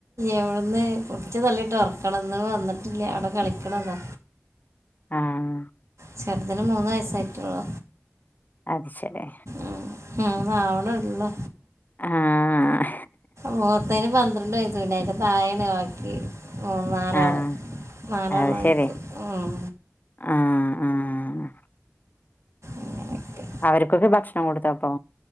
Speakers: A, on the right (about 80°); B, on the left (about 35°).
A: ഏന്ന് പിടിച്ച് തള്ളിട്ട് ഉറക്കണം ന്ന് വന്നിട്ടില്ല. അവെടെ കളിക്കണതോ.
B: ആഹ്
A: ചെറുതിന് മൂന്ന് വയസ്സായിട്ടൊള്ളു.
B: അത് ശെരി
A: ഉം ഹും മൂന്നാവിനെള്ളൂ
B: ആഹ്
A: മൂത്തേന് പന്ത്രണ്ട് വയസ്സെയുള്ളൂ. അയിന്റെ തായേണ് ബാക്കി. ഉം നാലാള്.
B: ആഹ്
A: നാലാൾ
B: അത്
A: തായിക്ക്.
B: ശരി.
A: ഉം
B: ആഹ് ആഹ്
A: അങ്ങനെയൊക്കെ
B: അവര്ക്കോക്കെ ഭക്ഷണം കൊടുത്തപ്പൊ?